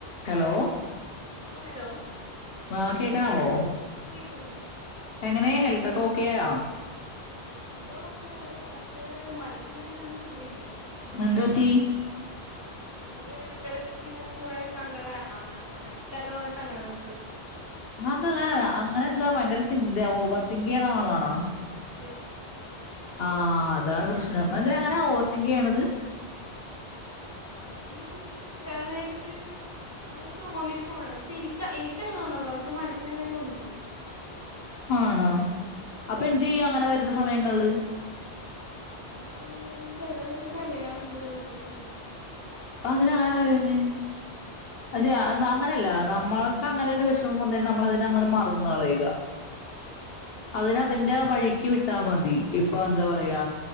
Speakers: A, on the left; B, on the right.
A: Hello
B: ആ hello
A: ആഹ കേക്കവോ
B: ആ കേക്കുന്നുണ്ട്
A: എങ്ങനെയ ഹെലത്തൊക്കെ ോക്കിയ
B: ഹെൽത്ത ഒക്കെ നോക്കിയാണ് പക്ഷെ മന ങ്ങനെ ഒരു സുഖ ഇല്ല
A: എന്ത് പറ്റി
B: അത് ഇടക്കിടക്ക്ന കുറേ സങ്കട അനാവശ്യം ഇല്ലാത്ത കുറെേ സങ്കടകൾൊക്കെ വരും
A: എന്താങ്ങെ അങ്ങനെ എന്താ ഭയങ്കര ചിന്തയാ ഓവർതിങ് ചെയ്യണ ആളാണാ
B: യെസ്
A: ആഹ് അതാണ് പ്രശ്നം അ എന്തേം അങ്ങനെ ഓർത്തിങ്ക ആണത്
B: അത് ചിലനേരത്
A: <unintelligible>
B: അങ്ങനെ തോന്നിപ്പോണ പക്ഷെ എനിക്ക് എനിക്കങ്ങനെ തോന്നല്ലോ പക്ഷെ മനസ്സിന്ങ്ങനെ തോന്നിപ്പോു
A: ആണോ അപ്പൊ
B: അതെ
A: എന്ത്‌ ചെയ്യ അങ്ങനെ വരുന്ന സമയങ്ങളില്
B: അങ്ങനള്ള സമയങ്ങളിൽ ചില നേര കരയാറുണ്ട് ഒറ്റക്കിരുന്ന്ന്ന്
A: അ അങ്ങനെ അങ്ങനെ കറന്നെ പക്ഷെ അങ്ങനെയല്ല നമ്മൾക്ക് അങ്ങനെ ഒരു വശം വന്ന നമ്മൾതിന അങ്ങനെ മറന്നളയുക ഉ അതിന അതിന്റെ വഴിക്ക് വിട്ടാൽ മതി ഇപ്പൊ എന്താ പറയാ